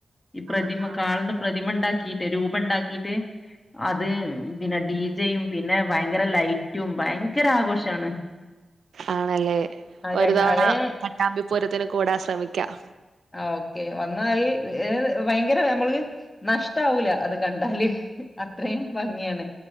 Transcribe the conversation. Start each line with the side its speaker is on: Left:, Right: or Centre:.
Left: ഈ പ്രതിമ
Right: ആഹ് ആഹ്
Left: കാളേന്റെ പ്രതിമ ഉണ്ടാക്കിയിട്ട് രൂപം ഉണ്ടാക്കിയിട്ട് അത് പിന്നെ ഡി ജെയും പിന്നെ ഭയങ്കര ലൈറ്റും ഭയങ്കര ആഘോഷവാണ്
Right: ആണല്ലേ ഒരു
Left: രണ്ട്
Right: തവണ
Left: അത്
Right: പട്ടാമ്പി പൂരത്തിന് കൂടാൻ ശ്രമിക്കാം
Left: ആഹ് ഓക്കെ വന്നാ ഈ ഏ ഭയങ്കര നമ്മൾക്ക് നഷ്ടാവൂല അത് കണ്ടാല് അത്രയും ഭംഗിയാണ്